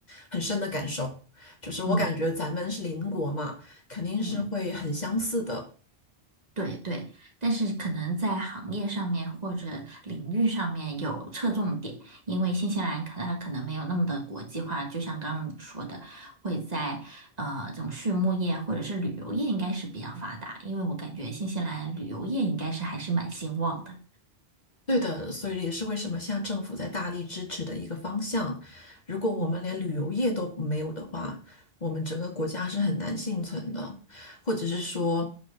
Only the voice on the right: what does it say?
嗯
嗯，对对，但是可能在行业上面或者领域上面有侧重点，因为新西兰可它可能没有那么的国际化，就像刚刚你说的，会在呃这种畜牧业或者是旅游业应该是比较发达，因为我感觉新西兰旅游业应该是还是蛮兴旺的。
嗯